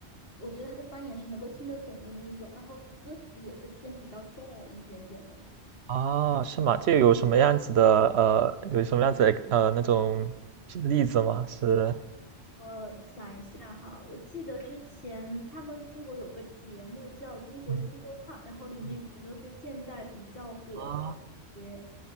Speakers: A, on the left; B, on the right.
A: 我觉得他的方言是能够听得懂的那一种，然后歌词也是偏比较中耳一点点的。
B: 啊，是吗？这有什么样子的呃有什么样子的呃那种例子吗？是，
A: 我。大哈，我记得之前他们中国有个节目叫《中国新说唱》，
B: 嗯，
A: 然后里面全都是现在比较火的
B: 嗯啊，
A: 一些，